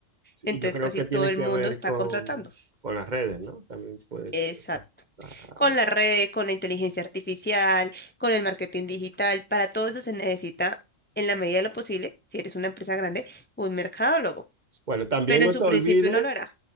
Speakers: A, on the right; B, on the left.
A: Sí,
B: Entonces
A: y yo creo
B: casi
A: que
B: todo
A: tiene
B: el
A: que
B: mundo
A: ver
B: está
A: con,
B: contratando.
A: con las redes, ¿no? También puede,
B: Exacto
A: puede- Ah,
B: con las redes, con la inteligencia artificial, con el marketing digital. Para todo eso se necesita, en la medida de lo posible, si eres una empresa grande, un mercadólogo.
A: Bueno, también
B: Pero
A: no
B: en su
A: te olvides,
B: principio no lo era,